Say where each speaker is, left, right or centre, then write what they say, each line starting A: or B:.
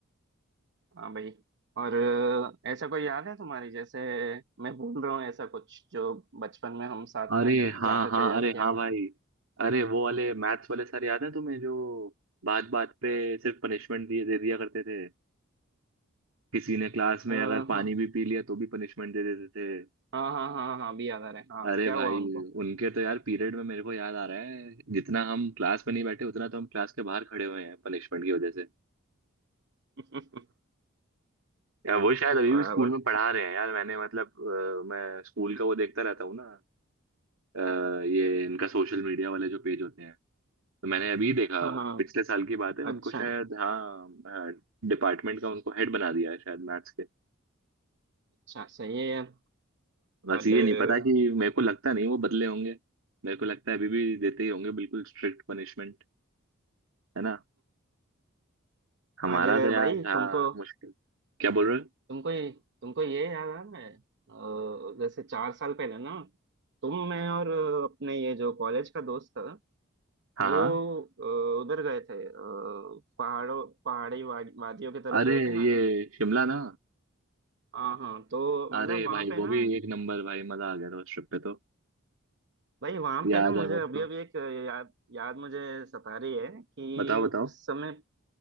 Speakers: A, on the right; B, on the right.
A: हाँ भाई और अ, ऐसा कोई याद है तुम्हारी जैसे मैं भूल रहा हूँ ऐसा कुछ जो बचपन में हम साथ
B: अरे
A: में
B: हाँ
A: जाते
B: हाँ
A: थे और
B: अरे
A: क्या
B: हाँ
A: करता
B: भाई अरे वो वाले मैथ्स वाले सर याद है तुम्हें जो बात बात पे सिर्फ पनिशमेंट दिए दे दिया करते थे किसी ने क्लास में
A: हाँ
B: अगर पानी
A: हाँ
B: भी पी लिया तो भी पनिशमेंट दे देते थे
A: हाँ हाँ हाँ हाँ अभी याद आ रहा है हाँ
B: अरे
A: क्या
B: भाई
A: हुआ उनको
B: उनके तो यार पीरियड में मेरे को याद आ रहा है जितना हम क्लास में नहीं बैठे उतना तो हम क्लास के बाहर खड़े हुए हैं पनिशमेंट की वजह से
A: <laughs>
B: यार वो शायद अभी
A: वाह
B: भी स्कूल
A: वाह
B: में पढ़ा रहे हैं यार मैंने मतलब अ, मैं स्कूल का वो देखता रहता हूँ ना अ, ये इनका सोशल मीडिया वाले जो पेज होते हैं तो मैंने अभी देखा
A: हाँ हाँ,
B: पिछले साल की बात है उनको
A: अच्छा
B: शायद हाँ डिपार्टमेंट का उनको हेड बना दिया है शायद मैथ्स के
A: अच्छा सही है यार
B: बस
A: और
B: ये
A: अ,
B: नहीं पता कि मेरे को लगता नहीं वो बदले होंगे मेरे को लगता है अभी भी देते ही होंगे बिल्कुल स्ट्रिक्ट पनिशमेंट है ना हमारा
A: और
B: तो यार
A: भाई
B: हाँ
A: तुमको
B: मुश्किल क्या बोल रहे हो
A: तुमको ये तुमको ये याद आ रहा है अ, जैसे चार साल पहले ना तुम मैं और अपने ये जो कॉलेज का दोस्त था
B: हाँ
A: वो
B: हाँ
A: अ, उधर गए थे अ, पहाड़ों पहाड़ी वाद- वादियों की तरफ
B: अरे
A: गए थे ना
B: ये शिमला ना
A: हाँ हाँ तो मतलब
B: अरे
A: वहां
B: भाई
A: पे
B: वो
A: ना
B: भी एक नंबर भाई मजा आ गया था उस ट्रिप पे तो
A: भाई वहां
B: याद
A: पे ना मुझे
B: है मेरे
A: अभी
B: को
A: अभी एक याद याद मुझे सता रही है कि
B: बताओ बताओ
A: उस समय